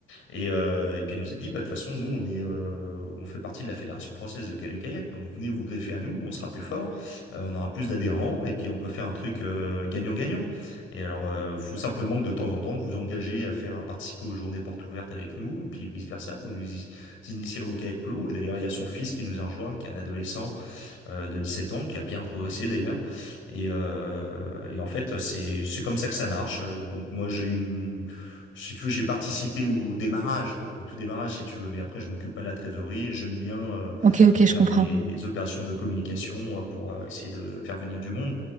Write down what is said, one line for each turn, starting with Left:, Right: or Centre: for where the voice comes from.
Left: Et, euh, et puis elle nous a dit, bah de toute façon, nous, on est, euh, on fait partie de la Fédération française de canoë-kayak, donc venez vous greffer à nous, on sera plus fort, euh, on aura plus d'adhérents, et puis on peut faire un truc euh, gagnant-gagnant. Et alors, euh, faut simplement que de temps en temps, vous vous engagez à faire à participer aux journées portes ouvertes avec nous, et puis vice-versa, vous nous initierez au kayak polo, et d'ailleurs, il y a son fils qui nous a rejoint, qui est un adolescent, euh, de 17 ans, qui a bien progressé d'ailleurs. Et, euh, et en fait, c'est c'est comme ça que ça marche. Donc moi, j'ai une, si tu veux, j'ai participé au démarrage, quoi, au tout démarrage, si tu veux. Mais après, je m'occupe pas de la trésorerie. J'aime bien euh,
Right: Ok, ok,
Left: faire
Right: je comprends.
Left: des opérations de communication euh, pour euh, essayer de faire venir du monde.